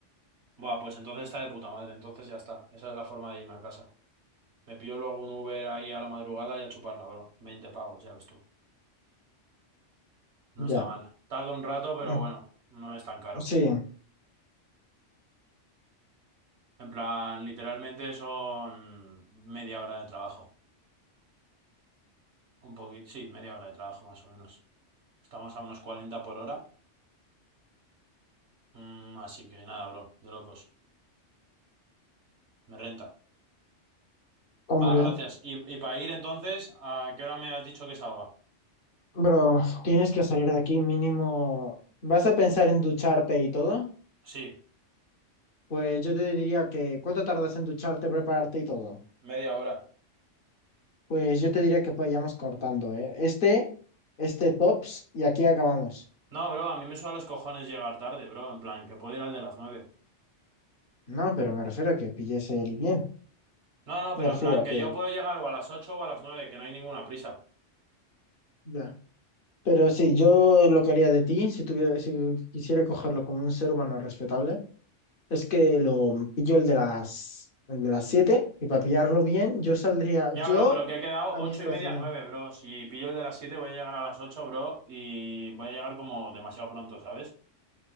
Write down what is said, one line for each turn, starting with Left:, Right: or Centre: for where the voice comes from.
Right: Buah, pues entonces está de puta madre, entonces ya está. Esa es la forma de irme a casa. Me pillo luego un Uber ahí a la madrugada y a chuparla, bro. 20 pavos, ya ves tú. No
Left: Ya.
Right: está mal. Tarda un rato, pero
Left: Mm,
Right: bueno, no es tan caro.
Left: Sí,
Right: En plan, literalmente son media hora de trabajo. Un poquito, sí, media hora de trabajo más o menos. Estamos a unos 40 por hora. Mm, así que nada, bro, de locos. Me renta.
Left: hombre.
Right: Va, gracias. Y, y para ir entonces, ¿a qué hora me has dicho que salga?
Left: Bro, tienes que salir de aquí mínimo. ¿Vas a pensar en ducharte y todo?
Right: Sí,
Left: Pues yo te diría que, ¿cuánto tardas en ducharte, prepararte y todo?
Right: media hora.
Left: Pues yo te diría que vayamos cortando, ¿eh? Este, este tops y aquí acabamos.
Right: No, bro, a mí me suda los cojones llegar tarde, bro. En plan, que puedo ir al de las nueve.
Left: No, pero me refiero a que pilles el bien.
Right: No, no,
Left: Me
Right: pero
Left: refiero
Right: en plan,
Left: a
Right: que
Left: que,
Right: yo puedo llegar o a las ocho o a las nueve, que no hay ninguna prisa.
Left: ya. Pero sí, yo lo que haría de ti, si tuviera, si quisiera cogerlo como un ser humano respetable, es que lo pillo el de las, el de las siete y para pillarlo bien, yo saldría,
Right: Ya,
Left: yo
Right: bro, pero que he quedado
Left: a
Right: ocho
Left: mi velocidad.
Right: y media, nueve, bro. Si pillo el de las siete, voy a llegar a las ocho, bro. Y voy a llegar como demasiado pronto, ¿sabes?